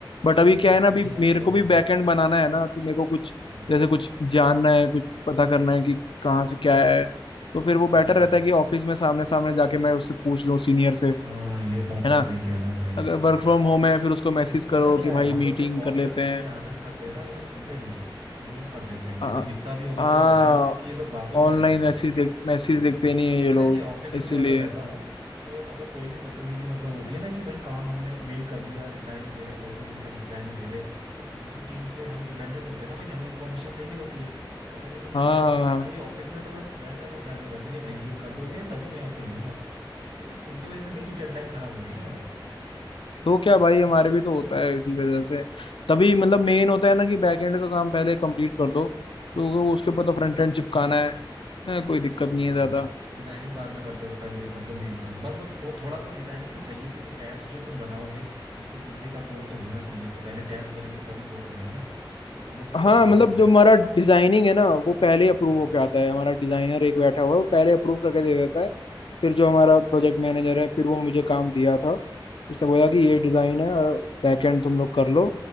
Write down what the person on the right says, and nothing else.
भाई
तो
सही
है यार
तेरा
तो
फिर
हाँ
हाँ
हाँ
हाँ ये बात तो
सही कह रहा है भाई
हम्म।
क्योंकि पता
है क्या
है हम
लोग जब कॉल
करते
हैं या हडल करते हैं ना ये लोग सुनते नहीं है इग्नोर कर देते हैं
इनको दिखता भी होगा
तो ये करते नहीं क्योंकि ये लोग बातों में
रहते हैं
हम्म,
अभी
पता
है कि ऑफिस
में मैं अगर रहता हूँ तो अगर कोई भी बदतमीजी मतलब होती है ना कि भाई काम हमने मेल कर दिया रिप्लाई नहीं दे रहे दो दो दिन तक रिप्लाई नहीं दे रहे तो दूसरी टीम के हम डिपेंडेंट होते हैं ना भाई हमें इन्फॉर्मेशन चाहिए होती है अगर ये लोग रिप्लाई
नहीं दे
रहे भाई ऑफिस में तो मैं बैठ जाता हूँ साइड में जाके नहीं भाई ये कर दोगे तभी मैं यहाँ से हिलूंगा क्योंकि तो उनकी वजह से मेरी डेडलाइन खराब हो रही है ना यार
थोड़ा
सा मैं
हाँ
वही
वही
वही
डिजाइनिंग बाद में करते रहो पहले ये कर दो मेन काम मतलब वो थोड़ा बहुत डिजाइनिंग तो चाहिए क्योंकि टैब्स जो तुम बनाओगे उसके पीछे का कोड तो होना चाहिए तो पहले टैब्स बनेंगे तभी कोड बनेगा ना तो वो सब
तो देखना
पड़ता
है
हम्म,
हम्म,
हम्म,